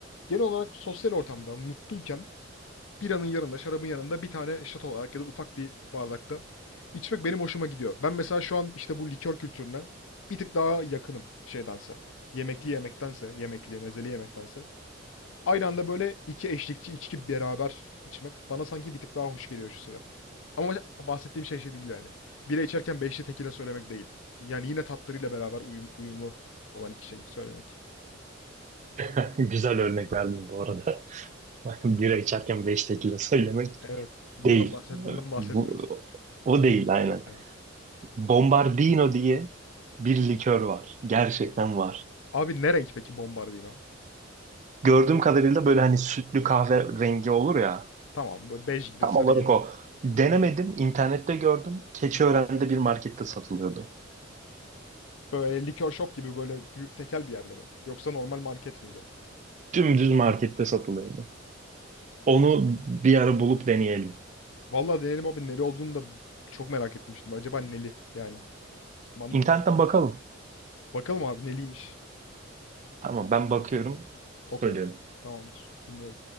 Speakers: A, on the left (about 80°); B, on the right (about 40°).
A: genel olarak sosyal ortamda mutluyken biranın yanında, şarabın yanında bir tane şat olarak ya da ufak bir bardakta içmek benim hoşuma gidiyor. Ben mesela şu an işte bu likör kültürüne bir tık daha yakınım şeydense. Yemekli yemektense, yemekli, mezeli yemektense. Aynı anda böyle iki eşlikçi içki beraber içmek bana sanki bir tık daha hoş geliyor şu sıra. Ama bahsettiğim şey şey değil yani. Bira içerken beşli tekile söylemek değil. Yani yine tatlarıyla beraber uyum- uyumlu olan iki şey söylemek.
B: <laughs> Güzel örnek verdim bu arada. <laughs> Bira içerken 5 tekila söylemek
A: Evet. Bundan
B: değil.
A: bahset bundan bahsetmiyoruz.
B: Bu, o değil aynen.
A: Evet.
B: Bombardino diye bir likör var. Gerçekten var.
A: Abi ne renk peki Bombardino?
B: Gördüğüm kadarıyla böyle hani sütlü kahve rengi olur ya.
A: Tamam böyle bej gibi,
B: Tam
A: sarı
B: olarak
A: gibi.
B: o. Denemedim. İnternette gördüm. Keçiören'de bir markette satılıyordu.
A: Böyle likör shop gibi böyle büyük tekel bir yerde mi? Yoksa normal market miydi?
B: Dümdüz markette satılıyordu. Onu bir ara bulup deneyelim.
A: Vallahi deneyelim abi neli olduğunu da çok merak ettim şimdi. Acaba neli yani. Man-
B: İnternetten bakalım.
A: Bakalım abi neliymiş.
B: Tamam ben bakıyorum.
A: Okey.
B: Söylüyorum.
A: Tamamdır. Dinliyorum.